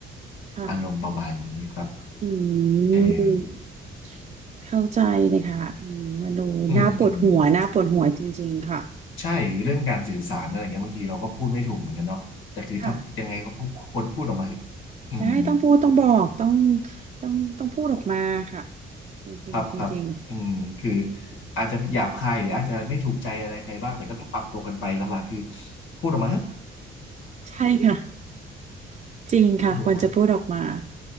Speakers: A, on the right (about 35°); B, on the left (about 85°).
A: ค่ะ
B: อารมณ์ประมาณนี้ครับ
A: อื
B: เออ
A: มเข้าใจเลยค่ะอืมมันดูน่าปวดหัวน่าปวดหัวจริงๆค่ะ
B: อืมอืมใช่เรื่องการสื่อสารอะไรเงี้ยบางทีเราก็พูดไม่ถูกเหมือนกันเนาะแต่คือถ้ายังไงก็พูดคนพูดออกมาเถอะอืม
A: ค่ะจะให้ต้องพูดต้องบอกต้องต้องต้องพูดออกมาค่ะจริงๆจริง
B: ครับครับอืมคืออาจจะหยาบคายหรืออาจจะไม่ถูกใจอะไรใครบ้างแต่ก็ต้องปรับตัวกันไปหลักๆคือพูดออกมาเถอะ
A: ๆใช่ค่ะ จริงค่ะควรจะพูดออกมา
B: พูดออกมา